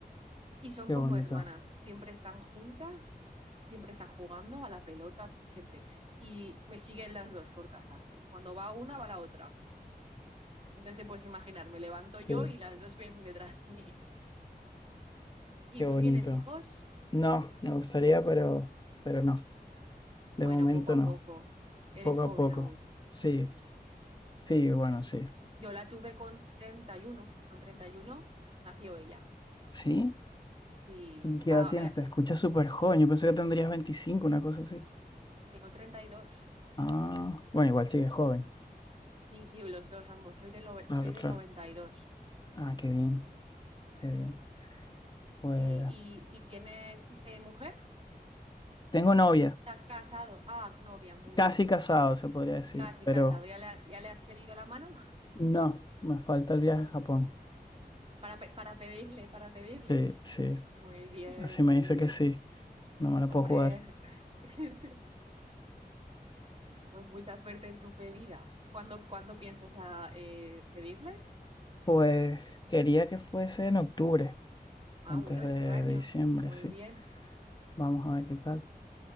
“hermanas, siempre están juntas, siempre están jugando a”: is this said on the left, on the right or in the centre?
Right